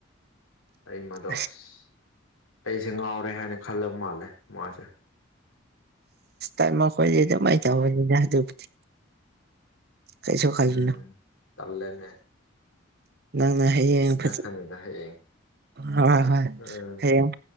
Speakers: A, on the left; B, on the right.
A: ꯑꯩꯃꯗꯣ
B: ꯑꯁ
A: ꯑꯁ ꯑꯩꯁꯦ ꯉꯥꯎꯔꯦ ꯍꯥꯏꯅ ꯈꯜꯂꯕ ꯃꯥꯜꯂꯦ ꯃꯥꯁꯦ
B: ꯑ ꯃꯈꯣꯏꯗꯤ ꯑꯗꯨꯃꯥꯏꯅ ꯇꯧꯕꯅꯤꯅ ꯑꯗꯨꯕꯨꯗꯤ ꯀꯩꯁꯨ
A: ꯎꯝ
B: ꯈꯜꯂꯨꯅꯨ
A: ꯇꯂꯦꯅꯦ
B: ꯅꯪꯅ ꯍꯌꯦꯡ ꯐ
A: ꯈꯪꯗꯦꯗ ꯍꯌꯦꯡ
B: ꯍꯣꯏ ꯍꯣꯏ
A: ꯎꯝ
B: ꯍꯌꯦꯡ